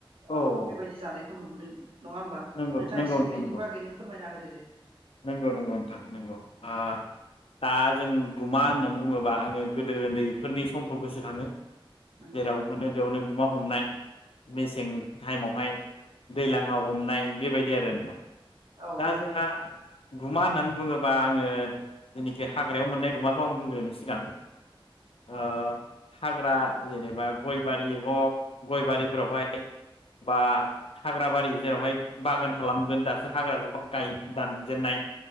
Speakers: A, on the right; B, on the left.
A: ओ
B: औ
A: बेबायदि जानायखौ नुबोदों नङा होमबा
B: नंगौ
A: नोंथाङा
B: नंगौ
A: एसे
B: नोंथां
A: बेनि
B: नंगौ
A: फोरमायना होदो दे
B: नंगौ नंगौ नोंथां नंगौ
A: औ
B: आ दा जों गुमा होननानै बुङोबा आङो गोदो उन्दैफोरनि समखौ गोसोखाङो
A: नंगौ
B: जेराव मोनो बेयावनो गुमा हमनाय मेसें टाइमावहाय दैज्लाङाव हमनाय बेबायदि आरो दा
A: औ
B: दा
A: नंगौ
B: जोंहा गुमा होननानै बुङोबा आङो जेनाखि हाग्रायाव मोननाय गुमाखौ आं बुंग्रोनो सिगां ओ
A: औ
B: हाग्रा जेनेबा गय बारि हक गय बारिफोरावहाय बा हाग्रा बारि जेरावहाय बागान खालामगोन दासो हाग्राखौ गाय दान जेननाय